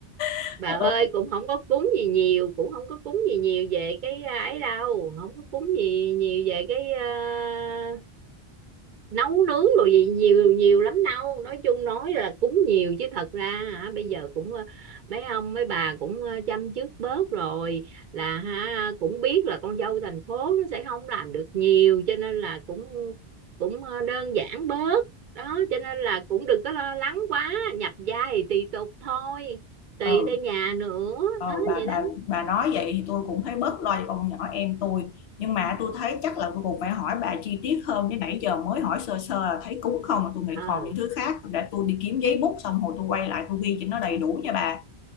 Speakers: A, on the left; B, on the right.
A: <laughs>
B: bà
A: Ờ.
B: ơi cũng không có cúng gì nhiều cũng không có cúng gì nhiều về cái à, ấy đâu không có cúng gì nhiều về cái à, nấu nướng rồi gì nhiều nhiều lắm đâu nói chung nói là cúng nhiều chứ thật ra hả bây giờ cũng ờ, mấy ông mấy bà cũng ờ, chăm chút bớt rồi là ha cũng biết là con dâu thành phố nó sẽ không làm được nhiều cho nên là cũng cũng ờ, đơn giản bớt đó cho nên là cũng đừng có lo lắng quá nhập gia thì tùy tục thôi tùy
A: Ờ.
B: theo nhà nữa
A: ờ,
B: đó
A: bà
B: vậy
A: bà
B: đó
A: bà nói vậy thì tôi cũng thấy bớt lo cho con nhỏ em tôi nhưng mà tôi thấy chắc là tôi cũng phải hỏi bà chi tiết hơn chứ nãy giờ mới hỏi sơ sơ là thấy cúng không mà tôi nghĩ
B: ừ
A: còn những thứ khác để tôi đi kiếm giấy bút xong rồi tôi quay lại tôi ghi cho nó đầy đủ nha bà